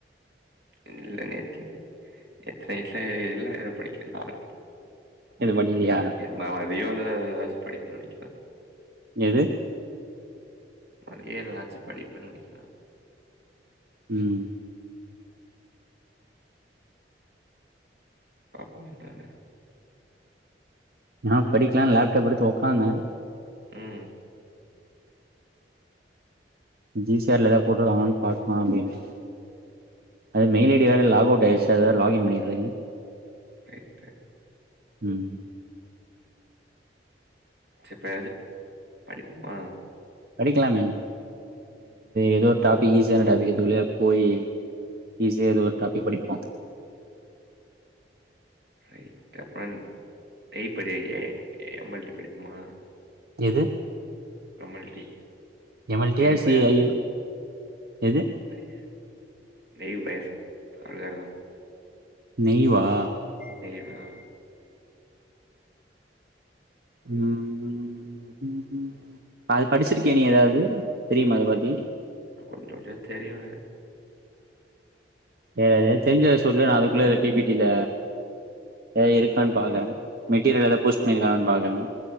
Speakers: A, on the right; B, on the right.
A: இல்லன் நெனக்கிறேன் நேத்து நைட்டுல எல்லா இது படிக்கிற மாரி இருக்
B: இது படிக்கலயா
A: நா அதிகங்க ஏதாச்சு படிப்பு நெனைக்கல
B: என்ன
A: அதிக ஏதாச்சு படிப்பே நெனைக்கிறே
B: உம்
A: பாப்பா வெளாட
B: நா படிக்கலான் லேப்டாப் எடுத்து ஒக்காந்தே
A: உம்
B: ஜி சிஆர்ல ஏதாவ போட்ருக்காங்ளான் பாக்லா அப்டின்னு அது மெயில்ஐடி யா வே லாக்வுட் ஆயிடுச்சு அது வேற லாக்கின் பண்ணிட் இருக்கே
A: நைட்டு
B: உம்
A: செட்டாச்சு படிப்புமா
B: படிக்கலாமே ஏதோ ஒரு டாபிக் ஈஸியா டாபிக் எதுக்குள்ளயாது போயி ஈஸியாது ஒரு டாபிக் படிப்போ
A: ன் டெஃபன் எய் படி ஏ எம்மல்ட்டி படிக்குமா
B: எது
A: எம் எல் டி
B: எம்எல்டியா
A: எய்
B: சிஐயு
A: பேஸ்
B: எது
A: ஐய எய் பேஸ் நல்லாருக்கூ
B: லீவா
A: டெய்வு அ
B: உ ம் உம் அது படிச்சிருக்கியா நீ ஏதாவது தெரியுமா அத பத்தி
A: கொஞ்சோ கொஞ்சோ தெரியுங்க
B: ஏதே தெரிஞ்சத சொல்லு நா அதுக்குள்ள பி பட்டில எதா இருக்கான் பாக்குறே மெட்டீரியல் ஏத போஸ்ட் பண்ணிருக்காங்களான் பாக்குறே